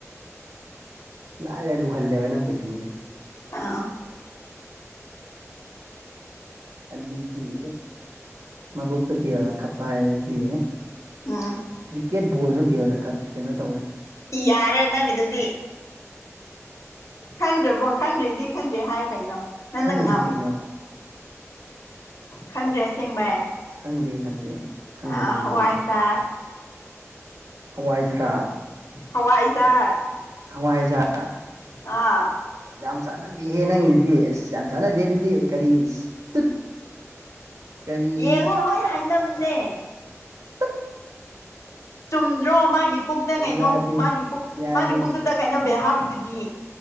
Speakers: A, on the right; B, on the left.
A: ꯂꯥꯏꯔ ꯂꯨꯍꯜꯂꯦꯕ ꯅꯪ ꯀꯣꯏꯁꯟꯁꯦ
B: ꯑ
A: ꯑꯗꯨꯗꯤ ꯃꯕꯨꯣꯛꯇ ꯕꯤꯌꯥꯅ ꯀꯞꯄ ꯍꯥꯏꯔꯗꯤ
B: ꯎꯝ
A: ꯀ꯭ꯔꯤꯛꯀꯦꯠ ꯕꯣꯜꯁꯨ ꯕꯦꯜꯅ ꯈꯠ ꯀꯩꯅꯣ ꯇꯧꯋꯦ
B: ꯌꯥꯔꯦ ꯅꯪꯒꯤꯗꯨꯗꯤ ꯈꯪꯗ꯭ꯔꯕꯣ ꯈꯪꯗ꯭ꯔꯦꯗꯤ ꯈꯪꯗ꯭ꯔꯦ ꯍꯥꯏꯌꯣ ꯀꯩꯅꯣ ꯅꯟꯅ
A: ꯈꯪꯗꯦ
B: ꯉꯝ
A: ꯀꯩꯅꯣ
B: ꯈꯪꯗ꯭ꯔꯦ ꯑꯁꯦꯡꯕꯩ
A: ꯈꯪꯗꯦ ꯈꯪꯗꯦ ꯈꯪꯗꯕꯩꯅꯤꯅꯦ
B: ꯑ ꯍꯋꯥꯏꯆꯥꯔ
A: ꯍꯋꯥꯏꯊꯔꯥꯛ
B: ꯍꯋꯥꯏꯖꯥꯔ
A: ꯍꯋꯥꯥꯏꯖꯥꯔ
B: ꯑꯥ
A: ꯌꯥꯝ ꯆꯥꯟꯅꯗꯦꯍꯦ ꯅꯪꯉꯗꯨꯗꯤ ꯑꯁ ꯌꯥꯝ ꯆꯥꯟꯅꯗꯦ ꯑꯗꯨꯗꯤ ꯀꯔꯤ ꯢꯁ ꯇꯨꯠ ꯀꯔꯤ
B: ꯌꯦꯡꯉꯣ ꯂꯣꯏ ꯍꯥꯏꯅꯝꯅꯦ
A: ꯇꯠ
B: ꯆꯨꯝꯗ꯭ꯔꯣ ꯃꯥꯒꯤ ꯄꯨꯗ ꯀꯩꯅꯣ
A: ꯌꯥꯗꯦ
B: ꯃꯥꯒꯤ ꯄꯨ
A: ꯌꯥꯗꯦ
B: ꯃꯥꯒꯤ ꯄꯨꯛꯇꯨꯗ ꯀꯩꯅꯣ ꯕꯦꯜ ꯍꯥꯕꯤꯗꯨꯗꯤ